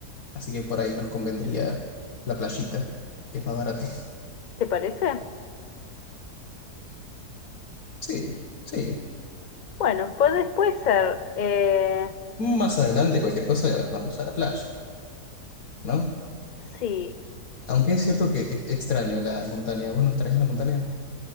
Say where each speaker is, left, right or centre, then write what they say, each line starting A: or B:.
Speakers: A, on the left; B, on the left.
A: así que por ahí nos convendría la playita, que es más barata.
B: ¿te parece?
A: Sí, sí.
B: Bueno, puede, puede ser. eh,
A: Más adelante, cualquier cosa, vamos a la playa, ¿no?
B: sí,
A: Aunque es cierto que es extraño la montaña. ¿Vos no extrañas la montaña?